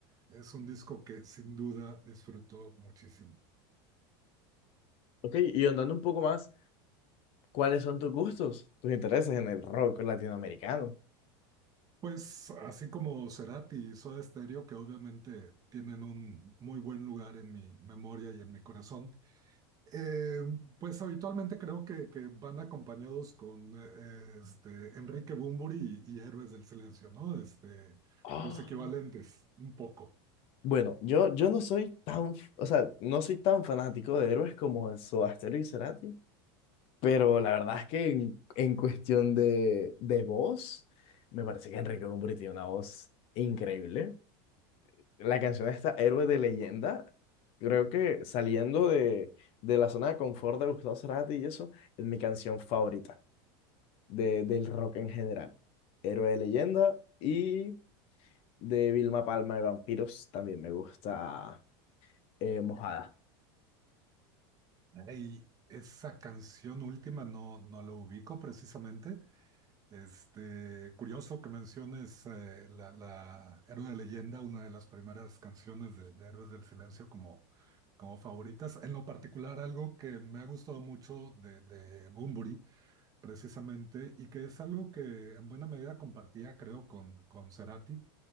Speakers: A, on the right (about 30°); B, on the left (about 50°).
A: Es un disco que sin duda disfruto muchísimo.
B: Ok, y andando un poco más, ¿cuáles son tus gustos, tus intereses en el rock latinoamericano?
A: Pues así como Cerati y Soda Stereo, que obviamente tienen un muy buen lugar en mi memoria y en mi corazón, eh, pues habitualmente creo que, que van acompañados con eh, este, Enrique Bunbury y, y Héroes del Silencio, ¿no? Este,
B: Ah,
A: los equivalentes, un poco.
B: Bueno, yo, yo no soy tan, f- o sea, no soy tan fanático de héroes como de Soda Stereo y Cerati, Pero la verdad es que en, en cuestión de, de voz, me parece que Enrique Bunbury tiene una voz increíble. La canción esta, Héroe de Leyenda, creo que saliendo de, de la zona de confort de Gustavo Cerati y eso, es mi canción favorita de, del rock en general. Héroe de Leyenda y de Vilma Palma de Vampiros también me gusta eh, Mojada.
A: Y esa canción última no, no la ubico precisamente, Este, curioso que menciones eh, la, la Héroe de Leyenda, una de las primeras canciones de, de Héroes del Silencio como, como favoritas. En lo particular, algo que me ha gustado mucho de, de Bunbury, precisamente, y que es algo que en buena medida compartía, creo, con, con Cerati,